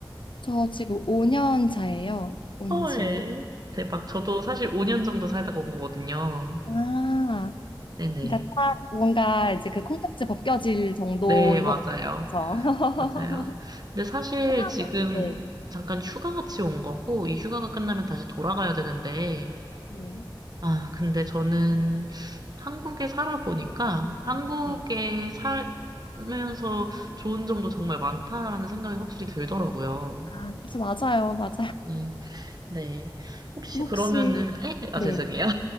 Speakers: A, on the left (about 75°); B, on the right (about 50°).
A: 저 지금 5년 차예요. 온
B: 헐,
A: 지.
B: 대박. 저도 사실 5년 정도 살다가 온 거거든요.
A: 아,
B: 네네.
A: 그러니까 딱 뭔가 이제 그 콩깍지 벗겨질 정도인
B: 네, 맞아요.
A: 것 같죠. <laughs>
B: 맞아요. 근데 사실
A: 하나가
B: 지금
A: 네.
B: 잠깐 휴가 같이 온 거고, 이 휴가가 끝나면
A: 아,
B: 다시 돌아가야 되는데,
A: 네.
B: 아, 근데 저는 한국에 살아보니까 한국에
A: 네.
B: 살면서 좋은 점도 정말 많다라는 생각이 확실히 들더라고요.
A: 아, 그래서 맞아요. 맞아요.
B: 네. 네. 혹시
A: 혹시
B: 그러면은, 에? 아,
A: 네.
B: 죄송해요.